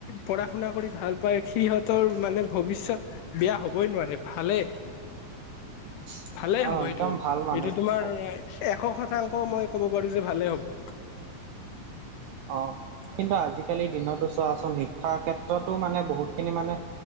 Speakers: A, on the left; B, on the right.
A: পঢ়া শুনা কৰি ভাল পায় সিহঁতৰ মানে ভৱিষ্যত বেয়া হ'বই নোৱাৰে ভালেই
B: <inaudible>
A: ভালেই হ'ব
B: একদম
A: এইটো
B: ভাল মানে
A: এইটো তোমাৰ
B: কব
A: এশ শতাংশ মই ক'ব পাৰো যে ভালেই হ'ব।
B: অ', কিন্তু আজিকালিৰ দিনতো চোৱাচোন শিক্ষাৰ ক্ষেত্ৰতো মানে বহুত খিনি মানে